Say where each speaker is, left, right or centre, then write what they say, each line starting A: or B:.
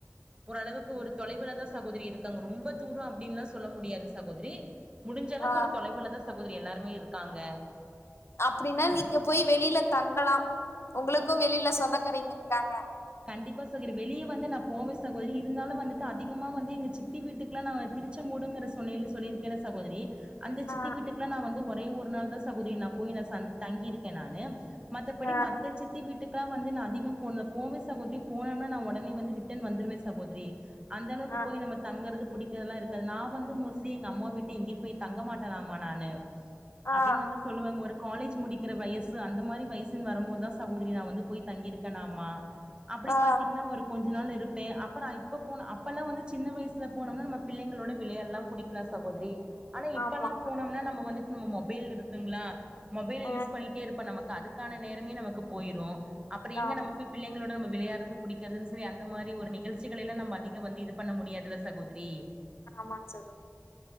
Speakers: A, on the right; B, on the left.
A: ஒரளவுக்கு ஒரு தொலை குள்ளதா சகோதரி இருக்காங்க ரொம்ப தூரோ அப்டின்ல்லா சொல்ல முடியாது சகோதரி முடிஞ்ச அளவுக்கு
B: ஆ
A: ஒரு தொலைவுலதா சகோதரி எல்லாருமே இருக்காங்க
B: அப்டின்னா நீங்க போய் வெளில தங்கலா உங்களுக்கு வெளில சொந்தக்காரங்க இருக்காங்க
A: கண்டிப்பா சகோதரி வெளிய வந்து நா போவ சகோதரி இருந்தாலு வந்துட்டு அதிகமா வந்து எங்க சித்தி வீட்டுக்கெல்லா நா திருச்சங்கோடுங்கிற சொன்னைல சொல்லிருக்கல்ல சகோதரி அந்த சித்தி
B: ஆ
A: வீட்டுக்கெல்லா நா வந்து ஒரே ஒரு நாள்தா சகோதரி நா போய் நா தங்கியிருக்கேன் நானு மத்தபடி
B: ஆ
A: மத்த சித்தி வீட்டுக்கெல்லா வந்து நா அதிகம் போ போவ சகோதரி போனம்னா நா ஒடனே வந்து ரிட்டன் வந்துருவ சகோதரி அந்த அளவுக்கு
B: ஆ
A: போய் நம்ம தங்கறது புடிக்கிறதெல்லா இருக்காது நா வந்து மோஸ்ட்லி எங்க அம்மாவ விட்டு எங்கேயும் போய் தங்க மாட்டனாமா நானு
B: ஆ
A: அப்டின்னு வந்து சொல்லுவாங்க ஒரு காலேஜ் முடிக்கிற வயசு அந்த மாரி வயசுன்னு வரும்போதா சகோதரி நா வந்து போய் தங்கியிருக்கனாமா அப்டி
B: ஆ ஆ
A: பாத்தீங்கன்னா ஒரு கொஞ்ச நாள் இரு ப்ப அப்றோ இப்போ போன அப்பெல்லா வந்து சின்ன வயசுல போனம்னா நம்ம பிள்ளைங்களோட விளையாடலா புடிக்கலா சகோதரி ஆனா இப்பெல்லா
B: ஆமா
A: போனம்னா நம்ம வந்துட்டு நம்ம மொபைல் இருக்குங்ளா மொபைல
B: ம்
A: யூஸ் பண்ணிட்டே இருப்ப நமக்கு அதுக்கான நேரமே நமக்கு போயிரு அப்றோ எங்க
B: ஆமா
A: நம்ம போய் பிள்ளைகளோட நம்ம விளையாடறது புடிக்கிறதுனு சொல்லி அந்த மாரி ஒரு நிகழ்ச்சிகளையெல்லா நம்ம அதிக வந்து இது பண்ண முடியாதில்ல சகோதரி
B: ஆமாங் சகோதரி